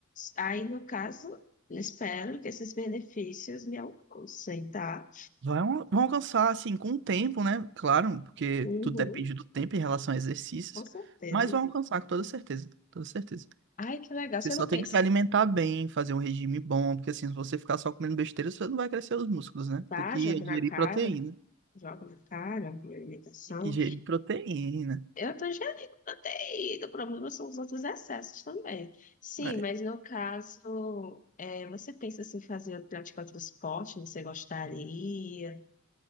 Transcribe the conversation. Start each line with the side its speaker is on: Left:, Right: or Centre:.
Left: Aí, no caso, espero que esses benefícios me alcancem, tá?
Right: Vai, um- vão alcançar, assim, com o tempo, né? Claro, porque
Left: Uhum,
Right: tudo depende do tempo em relação a exercícios.
Left: com certeza.
Right: Mas vão alcançar, com toda certeza. Toda certeza.
Left: Ai, que legal.
Right: Você
Left: Você
Right: só
Left: não
Right: tem
Left: pensa.
Right: que se alimentar bem, fazer um regime bom, porque assim, se você ficar só comendo besteira, você não vai crescer os músculos, né?
Left: Vá,
Right: Tem que
Left: jogue
Right: ingerir
Left: na cara.
Right: proteína.
Left: joga na cara, a alimentação.
Right: Tem que ingerir proteína.
Left: Eu tô ingerindo proteína, o problema são os outros excessos também. Sim,
Right: É,
Left: mas no caso, é, você pensa assim, fazer praticar outro esporte, você gostaria?